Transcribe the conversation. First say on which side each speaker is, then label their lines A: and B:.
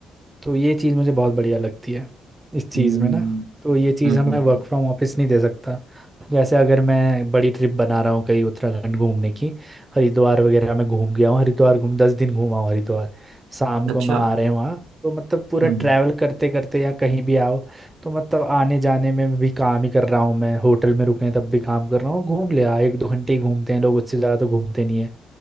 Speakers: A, on the right; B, on the right.
A: तो ये चीज़ मुझे बहुत बढ़िया लगती है इस चीज़
B: हम्म
A: में ना तो ये चीज़
B: हम्म
A: हमें
B: हम्म,
A: वर्क फ्रॉम ऑफिस नहीं दे सकता जैसे अगर मैं बड़ी ट्रिप बना रहा हूँ कहीं उत्तराखंड घूमने की हरिद्वार वगैरह में घूम गया हूँ हरिद्वार घूम दस दिन घूमा हूँ हरिद्वार शाम
B: अच्छा
A: को मैं आ रहे हैं वहाँ तो मतलब पूरा
B: हम्म
A: ट्रैवल करते करते या कहीं भी आओ तो मतलब आने जाने में भी काम ही कर रहा हूँ मैं होटल में रुके हैं तब भी काम कर रहा हूँ घूम लिया एक दो घंटे ही घूमते हैं लोग उससे ज़्यादा तो घूमते नहीं है